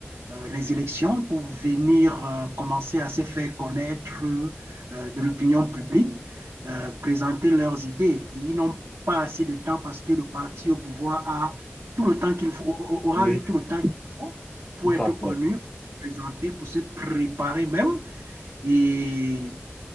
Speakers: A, on the right; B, on the left.
A: euh, les élections pour venir euh, commencer à se faire connaître euh, de l'opinion publique, euh, présenter leurs idées. Et ils n'ont pas assez de temps parce que le parti au pouvoir a tout le temps qu'il faut, aura
B: Oui,
A: eu tout le temps qu'il faut pour
B: tout
A: être
B: à
A: connu,
B: fait.
A: pour se présenter, pour se préparer même. Et